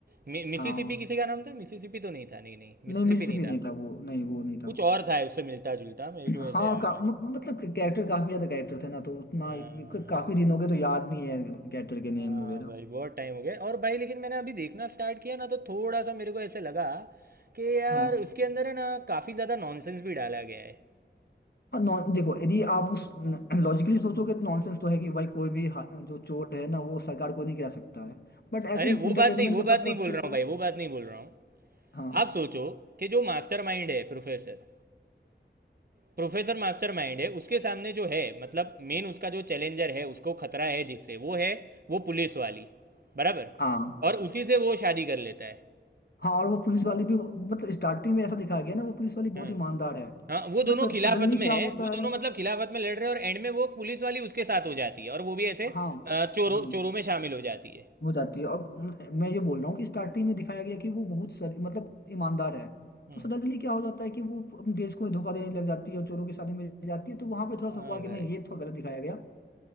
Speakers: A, on the right; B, on the left.
A: मि, मिसिसिपी
B: हाँ
A: किसी का नाम था मिसिसिपी तो नहीं था नहीं नहीं मिसिसिपी
B: नहीं मिसिसिपी
A: नहीं था
B: नहीं था वो नहीं वो नहीं
A: कुछ
B: था
A: और था उससे मिलता जुलता
B: <clears throat>
A: मेरे को ऐसे
B: हाँ
A: याद
B: का,
A: आ गया
B: म- मतलब कैरेक्टर काफी ज्यादा कैरेक्टर थे ना तो उतना
A: हाँ हाँ
B: काफी दिन हो गए तो याद नहीं है कैरेक्टर के नेम
A: हाँ
B: वगैरह
A: भाई बहुत टाइम हो गया और भाई लेकिन मैंने अभी देखना स्टार्ट किया ना तो थोड़ा सा मेरे को ऐसे लगा कि यार
B: हाँ
A: उसके अंदर है ना काफ़ी ज़्यादा नॉनसेंस भी डाला गया है
B: और नॉन देखो यदि आप उस लॉजिकली सोचोगे तो नॉनसेंस तो है कि भाई कोई भी हा- जो चोर है ना वो सरकार को नहीं गिरा सकता है बट ऐसे
A: अरे
B: इंटरटेनमेंट
A: वो बात नहीं वो
B: के
A: बात
B: पर्पज
A: नहीं बोल
B: से
A: रहा हूँ
B: वो-
A: भाई वो बात नहीं बोल रहा हूँ
B: हाँ
A: आप सोचो कि जो मास्टरमाइंड है प्रोफेसर प्रोफेसर मास्टरमाइंड है उसके सामने जो है मतलब मेन उसका जो चैलेंजर है उसको खतरा है जिससे वो है वो पुलिस वाली बराबर
B: हाँ
A: और उसी से वो शादी कर लेता है
B: हाँ और वो पुलिस वाली भी मतलब स्टार्टिंग में ऐसा दिखाया गया ना वो पुलिस वाली
A: हाँ
B: बहुत ईमानदार है
A: हाँ वो दोनों
B: बट
A: खिलाफत
B: सडनली
A: में
B: क्या
A: है
B: होता
A: वो दोनों
B: है
A: मतलब खिलाफत में लड़ रहे हैं और एंड में वो पुलिस वाली उसके साथ हो जाती है और वो भी ऐसे
B: हाँ
A: अ, चोरों
B: हाँ
A: चोरों में शामिल हो जाती है
B: हो जाती है और म- मैं ये बोल रहा हूँ कि स्टार्टिंग में दिखाया गया कि वो बहुत सर मतलब ईमानदार है
A: हम्म,
B: तो सडनली क्या हो जाता है कि वो अपने देश को धोखा देने लग जाती है और चोरों के साथ मिल जाती है तो वहां पे थोड़ा
A: हाँ
B: सा हुआ कि
A: भाई
B: नहीं ये थोड़ा गलत दिखाया गया